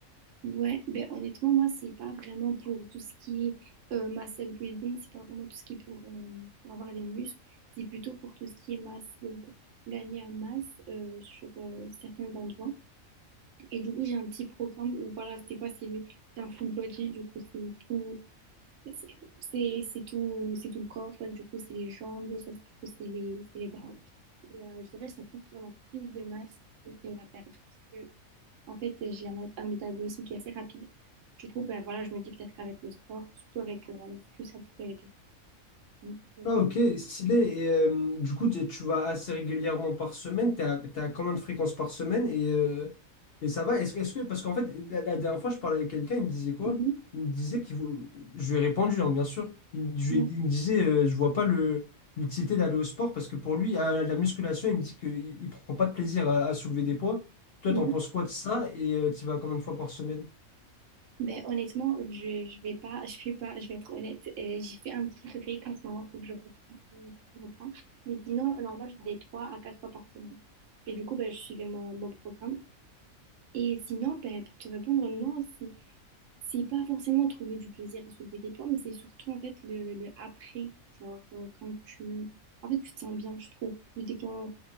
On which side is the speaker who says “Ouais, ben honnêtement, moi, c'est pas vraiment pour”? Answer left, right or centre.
Right